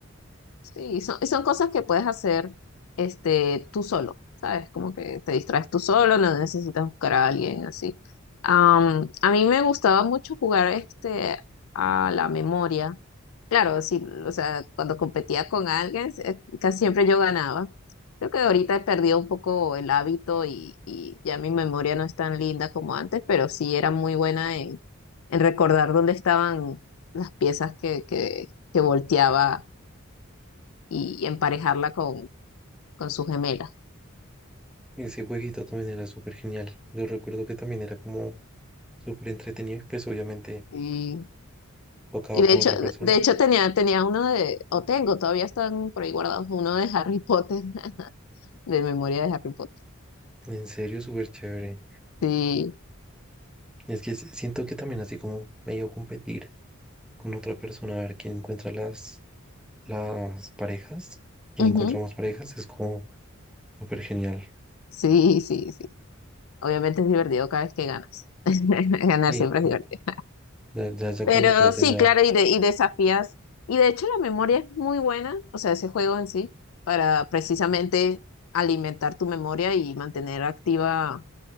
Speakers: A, on the left (about 85°); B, in the centre.
A: Sí, son, y son cosas que puedes hacer este, tú solo, ¿sabes? Como que te distraes tú solo, no necesitas buscar a alguien así. Am, a mí me gustaba mucho jugar este, a la memoria Claro, sí, o sea, cuando competía con alguien, eh, casi siempre yo ganaba. Creo que ahorita he perdido un poco el hábito y, y ya mi memoria no es tan linda como antes, pero sí era muy buena en, en recordar dónde estaban las piezas que, que, que volteaba y, emparejarla con, con su gemela.
B: Ese jueguito también era súper genial. Yo recuerdo que también era como súper entretenido y pues obviamente
A: Y,
B: tocaba
A: y de
B: con
A: hecho,
B: otra persona.
A: de hecho tenía, tenía uno de, o tengo, todavía están por ahí guardados, uno de Harry Potter, <laughs> de memoria de Harry Potter.
B: En serio, súper chévere.
A: Sí,
B: Es que s- siento que también así como medio competir con otra persona a ver quién encuentra las, las parejas, quién
A: ujú,
B: encuentra más parejas, es como Súper genial.
A: Sí, sí, sí. Obviamente es divertido cada vez que ganas. <laughs> Ganar
B: Sí,
A: siempre es
B: sí,
A: divertido.
B: ya, ya, ya
A: Pero
B: cuando pierdes
A: sí,
B: ya.
A: claro, y, de- y desafías. Y de hecho la memoria es muy buena, o sea, ese juego en sí, para precisamente alimentar tu memoria y mantener activa